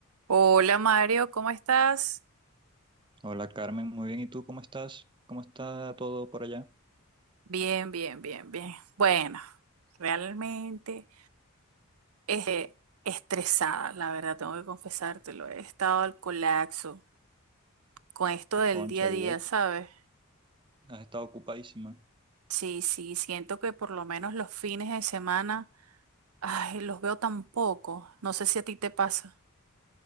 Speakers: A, on the right; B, on the right.
A: Hola Mario, ¿cómo estás?
B: Hola Carmen, muy bien. ¿Y tú cómo estás? ¿Cómo está todo por allá?
A: Bien, bien, bien, bien. Bueno, realmente eh, estresada, la verdad, tengo que confesártelo. He estado al colapso con esto del
B: Concha,
A: día a
B: y
A: día,
B: eso,
A: ¿sabes?
B: has estado ocupadísima.
A: Sí, sí, siento que por lo menos los fines de semana, ay, los veo tan poco. No sé si a ti te pasa.